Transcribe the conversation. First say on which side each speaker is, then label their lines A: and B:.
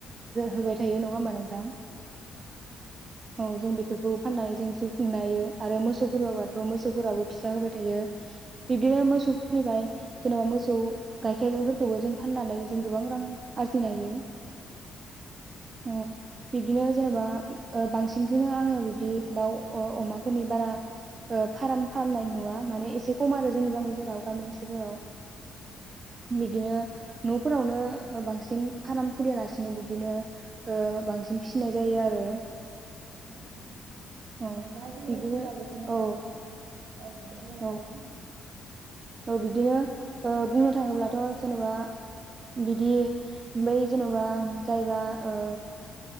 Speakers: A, on the right; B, on the right.
A: होबाय थायो नंङा होमबा नोंथां औ जों बेफोरखौ फाननानै जों जिउ खुंनो हायो आरो मोसौफोरआबाथ मोसौफोराबो फिसा होबाय थायो बिदि मोसौ फनिफ्राय जेनेबा मोसौ गाइखेरफोरखौबो जों फाननानै जों गोबां रां आरजिनो हायो औ बिब्दिनो जेनेबा बांसिनखौनो आंङो बिबदि दाउ अमाफोरनि बारा फार्म खालामनाय नुवा माने एसे खम आरो जोंनि गामिफोराव गामिफोराव
B: औ औ ओ
A: बिदिनो नफोरावनो बांसिन फार्म खुलियालासिनो बिबदिनो बांसिन फिनाय जायो आरो
B: <unintelligible> थां
A: औ
B: दा जोंनि
A: बिब्दिनो
B: ओनसोलाव बिदिनो
A: औ
B: औ दे बुंनाय
A: औ
B: नोंथां
A: औ बिदिनो बुंनो थांङोब्लाथ जेनबा बिदि बै जेनबा जायबा ओ